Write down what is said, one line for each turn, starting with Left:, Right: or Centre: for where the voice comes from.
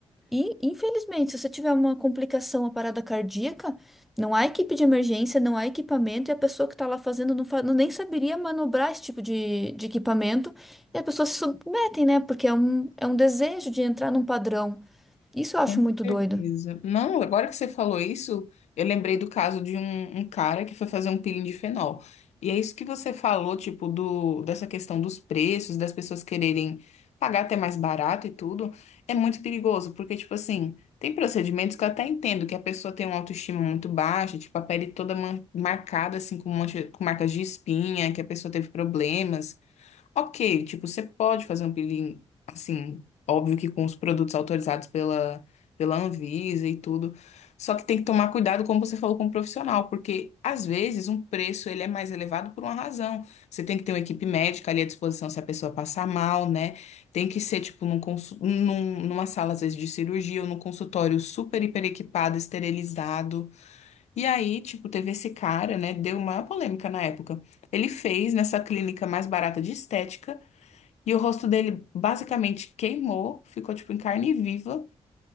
Centre: E, infelizmente, se você tiver uma complicação, uma parada cardíaca, não há equipe de emergência, não há equipamento, e a pessoa que está lá fazendo não, fa- não nem saberia manobrar esse tipo de, de equipamento, e as pessoas se submetem, né? Porque é um, é um desejo de entrar num padrão. Isso eu acho
Left: Com
Centre: muito
Left: certeza.
Centre: doido.
Left: Não, agora que você falou isso, eu lembrei do caso de um, um cara que foi fazer um peeling de fenol. E é isso que você falou, tipo, do, dessa questão dos preços, das pessoas quererem pagar até mais barato e tudo, é muito perigoso, porque, tipo assim, tem procedimentos que eu até entendo que a pessoa tem uma autoestima muito baixa, tipo, a pele toda man- marcada, assim, com, mancha- com marcas de espinha, que a pessoa teve problemas. Ok, tipo, você pode fazer um peeling, assim, óbvio que com os produtos autorizados pela, pela Anvisa e tudo. Só que tem que tomar cuidado, como você falou, com o profissional, porque às vezes um preço ele é mais elevado por uma razão. Você tem que ter uma equipe médica ali à disposição se a pessoa passar mal, né? Tem que ser, tipo, num, consu- num- numa sala, às vezes, de cirurgia ou num consultório super, hiper equipado, esterilizado. E aí, tipo, teve esse cara, né? Deu uma polêmica na época. Ele fez nessa clínica mais barata de estética. E o rosto dele basicamente queimou, ficou tipo em carne viva,